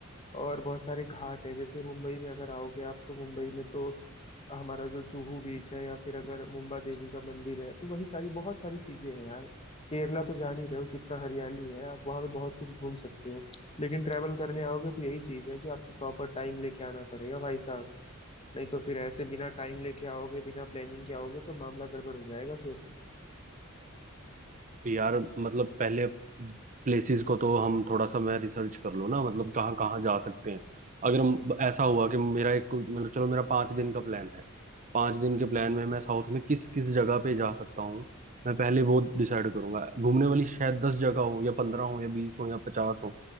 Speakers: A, on the left; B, on the right.
A: और बहुत सारे घाट है जैसे मुंबई में अगर आओगे आप तो मुंबई में तो हमारा जो जुहू बीच है या फिर अगर मुंबा देवी का मंदिर है तो वही सारी बहुत सारी चीजें हैं यार केरला तो जान ही रहे हो कितना हरियाली है आप वहां पे बहुत कुछ घूम सकते हो लेकिन ट्रैवल करने आओगे तो यही चीज है कि आपको प्रॉपर टाइम लेके आना पड़ेगा भाई साहब नहीं तो फिर ऐसे बिना टाइम लेके आओगे बिना प्लानिंग के आओगे तो मामला गड़बड़ हो जाएगा फिर
B: यार मतलब पहले प्लेसेस को तो हम थोड़ा सा मैं रिसर्च कर लूँ ना मतलब कहाँ कहाँ जा सकते हैं अगर हम- ऐसा हुआ कि मेरा एक कोई- मतलब चलो मेरा पाँच दिन का प्लान है पाँच दिन के प्लान में मैं साउथ में किस किस जगह पे जा सकता हूँ मैं पहले वो डिसाइड करूंगा घूमने वाली शायद दस जगह हो या पंद्रह हो या बीस हो या पचास हो